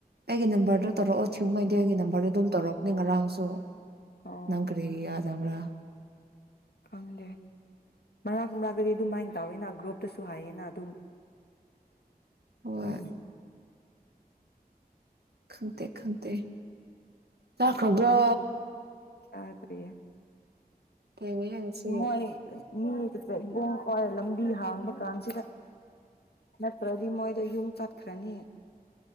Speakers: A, on the right; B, on the left.
A: ꯑꯩꯒꯤ ꯅꯝꯕꯔꯗ ꯇꯧꯔꯛꯑꯣ ꯊꯤꯌꯨꯉꯩꯗꯤ ꯑꯩꯒꯤ ꯅꯝꯕꯔꯗ ꯑꯗꯨꯝ ꯇꯧꯔꯛꯄꯅꯦ ꯉꯔꯥꯡꯁꯨ
B: ꯑꯣ
A: ꯅꯪ ꯀꯔꯤ ꯌꯥꯗꯕ꯭ꯔꯥ
B: ꯈꯪꯗꯦ ꯃꯔꯅꯥꯛ ꯀꯨꯝꯅꯥꯛꯇꯗꯤ ꯑꯗꯨꯝ ꯃꯥꯏꯅ ꯇꯧꯋꯦꯅ ꯒ꯭ꯔꯨꯞꯇꯁꯨ ꯍꯥꯏꯌꯦꯅ ꯑꯗꯨꯝ
A: ꯍꯣꯏ
B: ꯎꯝ
A: ꯈꯟꯇꯦ ꯈꯟꯇꯦ ꯆꯈ꯭ꯔꯕ꯭ꯔꯣ
B: ꯌꯥ꯭ꯔꯌꯦ
A: ꯊꯦꯡꯉꯦ ꯍꯪꯁꯤ
B: ꯃꯣꯏ ꯃꯤ ꯆ ꯏꯕꯣꯡ ꯐꯥꯎꯔꯦ ꯂꯝꯕꯤ ꯍꯥꯡꯕ ꯀꯥꯟꯁꯤꯗ ꯅꯠꯇ꯭ꯔꯗꯤ ꯃꯣꯏꯗ ꯌꯨꯝ ꯆꯠꯈ꯭ꯔꯅꯤ